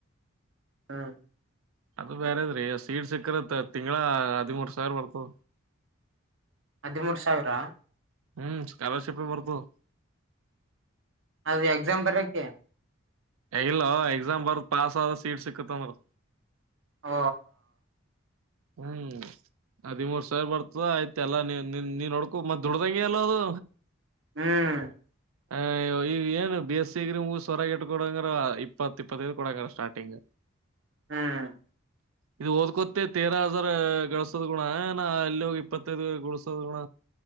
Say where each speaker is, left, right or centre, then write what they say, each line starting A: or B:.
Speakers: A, on the right (about 60°); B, on the right (about 80°).
A: ಹ್ಮ
B: ಅದು ಬೇರೆದ್ರೀ ಸೀಡ್ ಸಿಕ್ಕರತ್ ತಿಂಗಗಳ ಹದಿಮೂರು ಸಾವಿರ ಬರ್ತದ
A: ಹದಿಮೂರು ಸಾವಿರ
B: ಹ್ಮ್ ಸ್ಕಾಲರ್ಶಿಪೆ ಬರ್ಗು
A: ಅದು ಎಕ್ಸಾಮ್ ಬರಕ್ಕೆ
B: ಇಲ್ಲ ಎಕ್ಸಾಮ್ ಬರ್ದ್ ಪಾಸ್ ಆದ ಸೀಟ್ ಸಿಕ್ಕತ್ಂದರು
A: ಹ
B: ಹ್ಮ್ ಹದಿಮೂರ್ ಸಾವಿ ಬರ್ತದ ಆಯ್ತ ಎಲ್ಲಾ ನೀ ನಿನ್ ನೀನ್ ನೋಡ್ಕೋ ಮತ್ ದುಡ್ದಂಗಗೆ ಎಲ್ಲ ಅದು
A: ಹ್ಮ್
B: ಆ ಈಗ ಏನು ಬಿ ಎಸ್ ಸಿಗ್ರಿ ಮೂಗ ಸವರಗ ಇಟ್ ಕೊಡಂಗ್ರ ಇಪ್ಪತ್ತ ಇಪ್ಪತ್ತೈದು ಕೊಡಂಗ್ರ ಸ್ಟಾರ್ಟಿಂಗ್
A: ಹ್ಮ್ ಹ್ಮ
B: ಇದು ಓದ್ಕೊತೇ ತೇರ ಹಜಾರ್ ಗಳಸೋದ್ ಗುಣ ನ ಅಲ್ಲಿ ಹೋಗಿ ಇಪ್ಪತ್ತೈದು ಳಸೋದ್ ಗುಣ